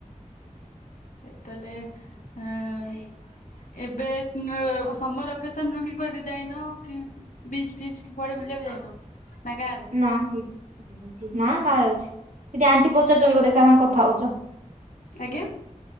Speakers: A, on the left; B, on the right.
A: ଏ ତାହେଲେ ଆଁ। ଏବେ ଉଁ ଓ ସମର ଭ୍ୟାକେସନ ରେ କିଛି କୁଆଡେ ଯାଇନ କି। ବିଚ୍ ଫିଚ୍ କି କୁଆଡେ ବୁଲିବାକୁ ଯାଇନ। ନା ଗାଁରେ
B: ନାହି ନା ଘରେ ଅଛି ସେଠି ଆଣ୍ଟି ପଚାରୁଛନ୍ତି ବୋଧେ କାହା ସାଂଗେ କଥା ହଉଛ।
A: ଆଜ୍ଞା।